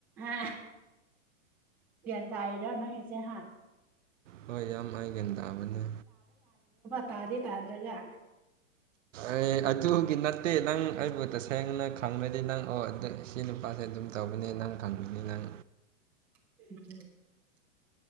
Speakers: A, in the centre; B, on the right.
A: ꯑ ꯀ ꯇꯥꯏꯔꯅꯁꯦ ꯍꯥ
B: ꯍꯣꯏ ꯌꯥꯝ ꯍꯥꯏꯒꯦꯅ ꯇꯥꯕꯅꯦ
A: ꯄꯥꯔꯦ ꯄꯥꯗ꯭ꯔꯒ
B: ꯑꯦ ꯑꯗꯨꯒꯤ ꯅꯠꯇꯦ ꯅꯪ ꯑꯩꯕꯨ ꯇꯁꯦꯡꯅ ꯈꯪꯅꯗꯤ ꯅꯪ ꯑꯣ ꯏ ꯅꯨꯄꯥꯁꯦ ꯑꯗꯨꯝ ꯇꯧꯕꯅꯦ ꯅꯪ ꯈꯪꯕꯅꯤ ꯅꯪ
A: ꯎ